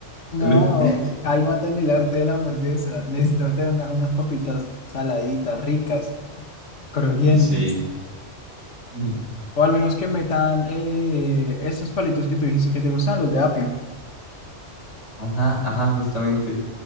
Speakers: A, on the left; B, on the left.
A: No,
B: <laughs>
A: ahí matan el arte de la hamburguesa. Necesito tener una- unas papitas saladitas, ricas, crujientes.
B: Uy, sí. Mm.
A: O al menos que metan eh, esos palitos que tú dijiste que te gustan, los de apio.
B: Ajá, ajá, justamente.